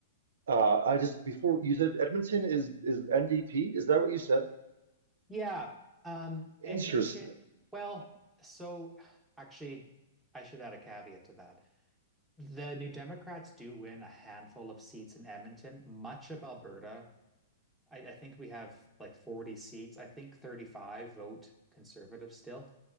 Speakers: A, on the right (about 80°); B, in the centre.
A: uh, I just before you said Edmonton is is NDP. Is that what you said?
B: Yeah, um,
A: Interesting.
B: Edmonton. Well, so actually, I should add a caveat to that. The New Democrats do win a handful of seats in Edmonton, much of Alberta. I, I think we have like 40 seats. I think 35 vote conservative still.